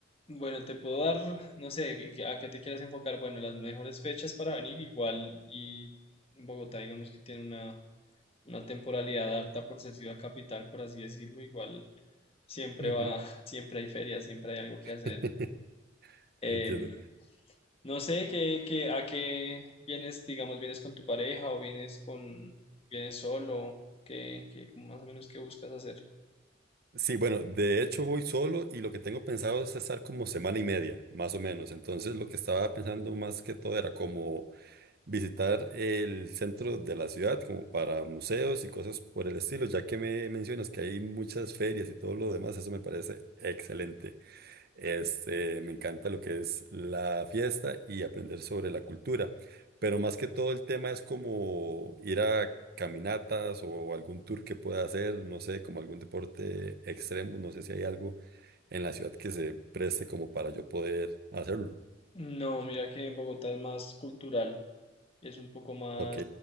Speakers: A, on the left (about 30°); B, on the right (about 55°).
A: bueno, te puedo dar, no sé, que- que- a qué te quieras enfocar. Bueno, las mejores fechas para venir igual y Bogotá, digamos que tiene una, una temporalidad alta por ser ciudad capital, por así decirlo. Igual siempre
B: Ujú.
A: va, <laughs> siempre hay ferias, siempre hay algo que
B: <laughs>
A: hacer. Em,
B: Entiendo.
A: no sé qué, qué, a qué vienes, digamos, vienes con tu pareja o vienes con, vienes solo, qué, qué más o menos qué buscas hacer.
B: Sí, bueno, de hecho voy solo y lo que tengo pensado es estar como semana y media, más o menos. Entonces lo que estaba pensando más que todo era como visitar el centro de la ciudad como para museos y cosas por el estilo, ya que me mencionas que hay muchas ferias y todo lo demás, eso me parece excelente. Este, me encanta lo que es la fiesta y aprender sobre la cultura, pero más que todo el tema es como ir a caminatas o algún tour que pueda hacer, no sé, como algún deporte extremo, no sé si hay algo en la ciudad que se preste como para yo poder hacerlo.
A: No, mira que en Bogotá es más cultural, es un poco más
B: Ok,